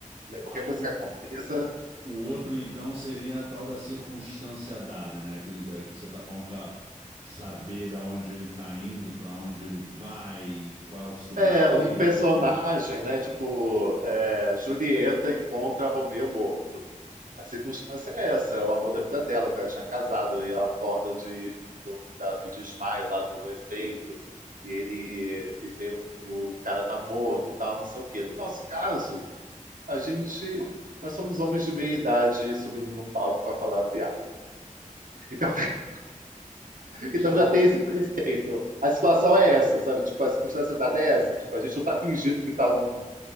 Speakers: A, on the right; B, on the right.
A: né, qualquer
B: Ah, o,
A: coisa que aconteça,
B: O outro, então, seria a tal da circunstância dada, né? Aquilo que que você está falando que a saber da onde ele está indo, para onde ele vai, qual é o subtexto.
A: É, um personagem, né? Tipo, é, Julieta encontra Romeu morto. A circunstância é essa, é o amor da vida dela, que ela tinha casado, e ela acorda de, do, da- do desmaio lá, do efeito, e ele e vê o, que o cara tá morto e tal, não sei o quê. No nosso caso, a gente, nós somos homens de meia idade subindo num palco para falar piada. Então, <laughs>
B: Já.
A: então já tem esse preceito. A situação é essa, sabe? Tipo, a circunstância dada é essa. Tipo, a gente não tá fingindo que tá num